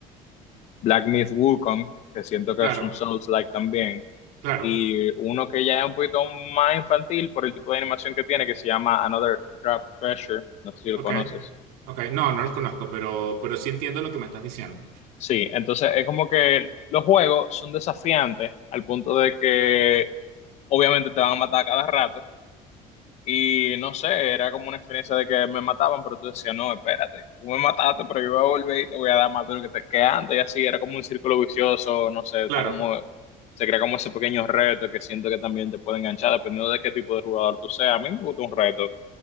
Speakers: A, on the left; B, on the right.
A: Black Myth Wukong, que siento que
B: Claro,
A: es un Souls-like también,
B: claro.
A: y uno que ya es un poquito más infantil por el tipo de animación que tiene, que se llama Another Trap Treasure, no sé si lo
B: Ok.
A: conoces.
B: Ok, no, no los conozco, pero, pero sí entiendo lo que me estás diciendo.
A: Sí, entonces es como que los juegos son desafiantes al punto de que obviamente te van a matar a cada rato, Y no sé, era como una experiencia de que me mataban, pero tú decías, no, espérate, tú me mataste, pero yo voy a volver y te voy a dar más duro que, te, que antes. Y así era como un círculo vicioso, no sé,
B: Claro,
A: está como, se crea como ese pequeño reto que siento que también te puede enganchar, dependiendo de qué tipo de jugador tú seas. A mí me gusta un reto.